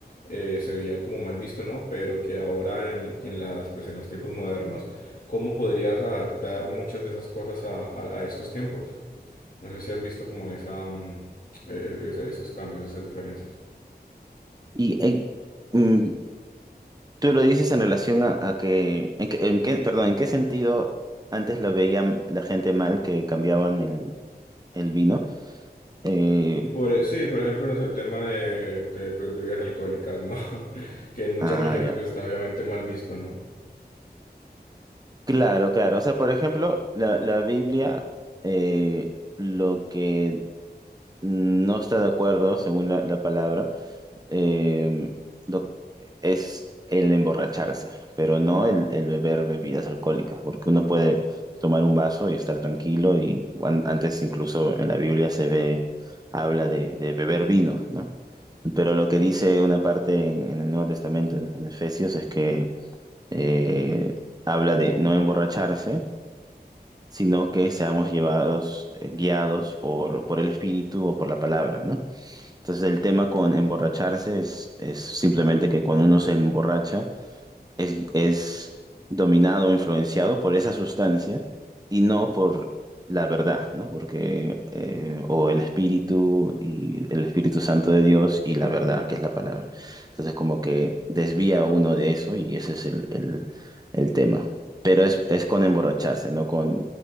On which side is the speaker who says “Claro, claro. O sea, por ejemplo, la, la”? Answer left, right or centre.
Right